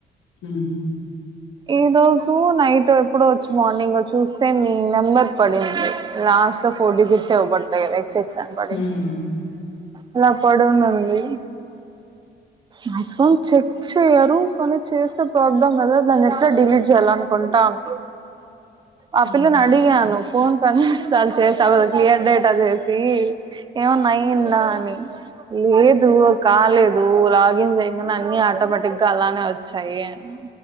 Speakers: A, on the left; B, on the right.
A: హ
B: ఈ రోజు నైట్ ఎప్పుడో వచ్చి మార్నింగ్ చూస్తే నీ నెంబర్ పడింది లాస్ట్ లో ఫోర్ డిసిట్స్ వ్వబడతాయి కదా ఎసెక్ సన్ బడి
A: హ్మ్
B: ఇలా పడునడి మాక్సిమం చెక్ చేయరు కానీ చేస్తే ప్రాబ్లం కదా దాన్ని డిలీట్ చేయాల అనుకుంటాను ఆ
A: హ్మ్
B: పిల్లను అడిగాను ఫోన్ పనిస్తలు చేసా కదా క్లియర్ డేటా చేసి ఏమన్నా అయిందా అని లేదు కాలేదు లాగిన్ చేయ అన్ని ఆటోమేటిక్గా అలానే వచ్చాయి అని